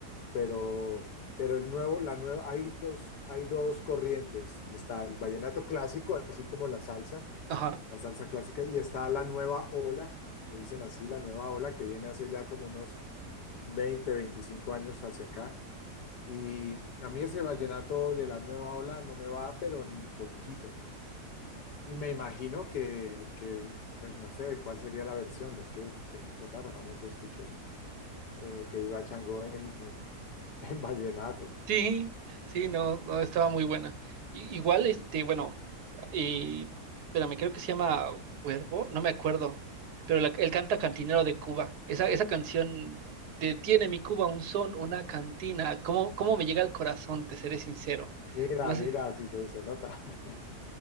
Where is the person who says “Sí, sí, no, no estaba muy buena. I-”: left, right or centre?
Right